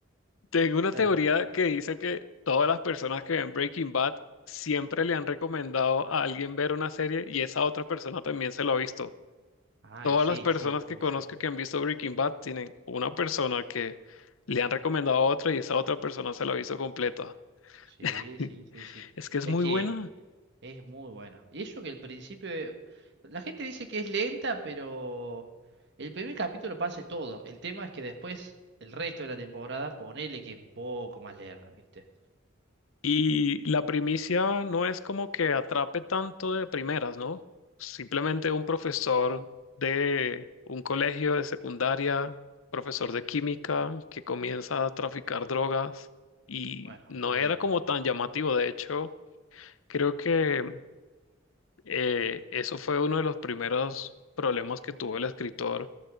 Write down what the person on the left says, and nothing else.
Tengo una
teoría que dice que todas las personas que ven Breaking Bad siempre le han recomendado a alguien ver una serie y esa otra persona también se lo ha visto.
Todas
las personas
que conozco
que han visto Breaking Bad tienen una persona que le han recomendado a otra y esa otra persona se la ha visto completa. <laughs>
Es que es
muy
buena.
Y la primicia no es como que atrape tanto de primeras, ¿no? Simplemente un profesor de un colegio de secundaria, profesor de química, que comienza a traficar drogas y
no
era como tan llamativo. De hecho, creo que Eh, eso fue uno de los primeros problemas que tuvo el escritor